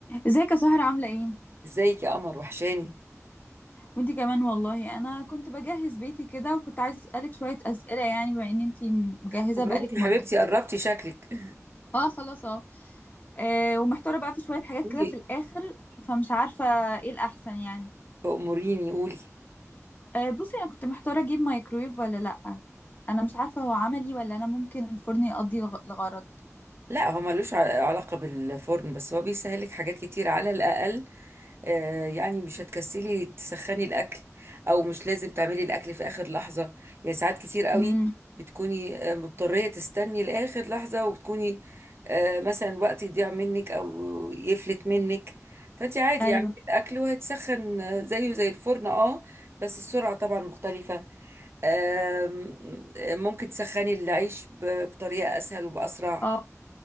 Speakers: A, on the left; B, on the right.
A: ازيك يا سهرة عاملة ايه؟
B: ازيك يا قمر وحشاني
A: وانتي كمان والله انا كنت بجهز بيتي كده وكنت عايزة اسألك شوية اسئلة يعني بما ان انتي م- مجهزة
B: مبروك
A: بقالك
B: يا
A: مدة
B: حبيبتي قربتي شكلك
A: اه خلاص اه آه، ومحتارة بقى في شوية حاجات
B: قولي
A: كده في الاخر فمش عارفة ايه الاحسن يعني
B: أموريني قولي
A: آه بصي انا كنت محتارة اجيب مايكرويف ولا لأ انا مش عارفة هو عملي ولا انا ممكن الفرن يقضي الغ- الغرض
B: لا هو ملوش عل- علاقة بالفرن بس هو بيسهلك حاجات كتير على الأقل آه، يعني مش هتكسلي تسخني الأكل أو مش لازم تعملي الأكل في آخر لحظة يعني ساعات كتير قوي
A: امم
B: بتكوني آه، مضطرية تستني لآخر لحظة وبتكوني آه، مثلا وقت يضيع منك أو يفلت منك فأنت عادي
A: ايوه
B: اعملي الأكل وهيتسخن آه، زيه زي الفرن اه بس السرعة طبعا مختلفة آم، ممكن تسخني العيش ب- بطريقة أسهل وبأسرع
A: اه